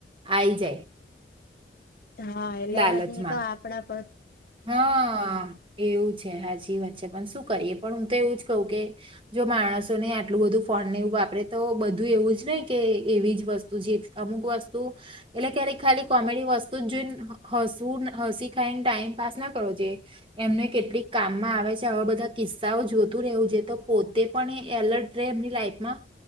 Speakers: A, on the right; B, on the left.
A: આઈ જાય.
B: હા એટલે
A: લાલચમાં
B: પછી તો આપણા
A: હા એવું છે હાચી વાત છે પણ શું કરીએ પણ હું તો એવું જ કહું કે જો માણસ તો નહીં આલું બધું ફોનને એવું વા પરે તો બધું એવું જ નહીં કે એવી જ વસ્તુ જે અમુક વસ્તુ એટલે ક્યારેક ખાલી કોમેડી વસ્તુ જ જોઈને હસવું હસી ખાઈને ટાઈમ પાસ ના કરો જે એમને કેટલીક કામમાં આવે છે આવા બધા કિસ્સાઓ જોતું રહેવું જોઈએ તો પોતે પણ એ એલર્ટ રેહ એમની લાઈફમાં